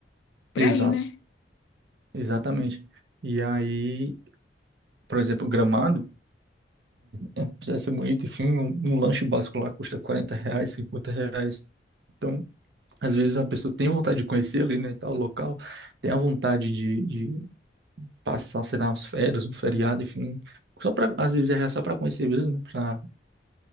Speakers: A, on the left; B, on the right.
A: pra
B: Exato,
A: ir, né?
B: exatamente. E aí, por exemplo, Gramado, é, é, precisa ser bonito, enfim, um, um lanche básico lá custa 40 reais, 50 reais. Então, às vezes a pessoa tem vontade de conhecer ali, né, tal local, tem a vontade de, de passar, sei lá, umas férias, um feriado, enfim, só para às vezes é só para conhecer mesmo, para